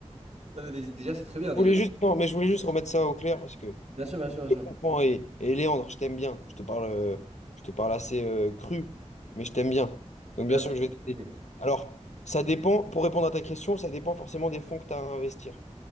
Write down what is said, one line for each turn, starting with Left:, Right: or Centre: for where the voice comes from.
Right: Non, mais dé- Déjà, c'est très bien, déjà.
Left: Je voulais juste, non, mais je voulais juste remettre ça au clair parce que
Right: Bien sûr, bien sûr,
Left: je
Right: bien sûr.
Left: te comprends. Et, et Léandre, je t'aime bien. Je te parle, euh, je te parle assez euh, cru, mais je t'aime bien. Donc,
Right: Merci.
Left: bien sûr que je vais t'aider.
Right: Ok.
Left: Alors, ça dépend, pour répondre à ta question, ça dépend forcément des fonds que tu as à investir.